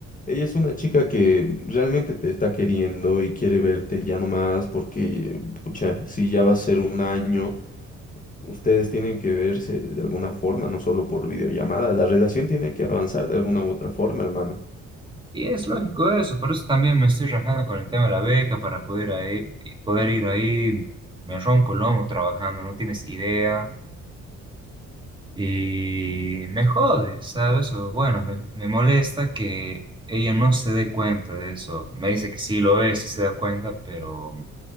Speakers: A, on the left; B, on the right.
A: ella es una chica que realmente te está queriendo y quiere verte ya nomás porque, pucha, si ya va a ser un año, ustedes tienen que verse de alguna forma, no solo por videollamada. La relación tiene que avanzar de alguna u otra forma, hermano.
B: Y es lógico eso, por eso también me estoy rajando con el tema de la beca para poder, ahí, poder ir ahí. Me rompo el lomo trabajando, no tienes idea. Y me jode, ¿sabes? O bueno, me, me molesta que ella no se dé cuenta de eso. Me dice que sí lo ve, sí se da cuenta, pero